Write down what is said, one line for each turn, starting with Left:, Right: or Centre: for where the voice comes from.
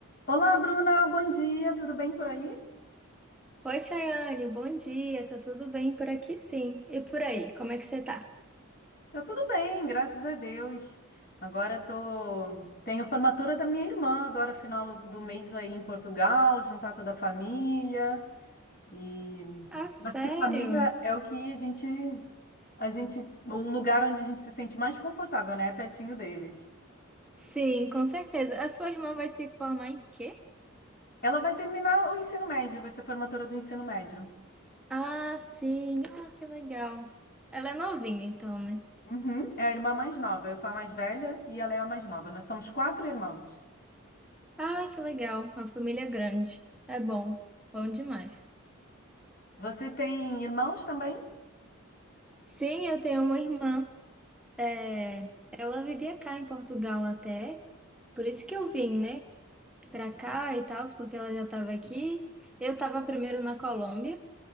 Left: Olá, Bruna, bom dia, tudo bem por aí?
Centre: Oi, Chayane, bom dia. Tá tudo bem por aqui, sim. E por aí, como é que você tá?
Left: Tá tudo bem, graças a Deus. Agora tô... tenho a formatura da minha irmã, agora final do mês aí em Portugal, juntar toda a família e
Centre: Ah, sério?
Left: acho que família é o que a gente a gente o lugar onde a gente se sente mais confortável, né? Pertinho deles.
Centre: Sim, com certeza. A sua irmã vai se formar em quê?
Left: Ela vai terminar o ensino médio, vai ser formatura do ensino médio.
Centre: Ah, sim. Ah, que legal. Ela é novinha, então, né?
Left: Uhum, é a irmã mais nova, eu sou a mais velha e ela é a mais nova. Nós somos quatro irmãos.
Centre: Ah, que legal. Uma família grande. É bom. Bom demais.
Left: Você tem irmãos também?
Centre: Sim, eu tenho uma irmã. É, Ela vivia cá em Portugal até. Por isso que eu vim, né? Pra cá e tal, porque ela já tava aqui. Eu tava primeiro na Colômbia.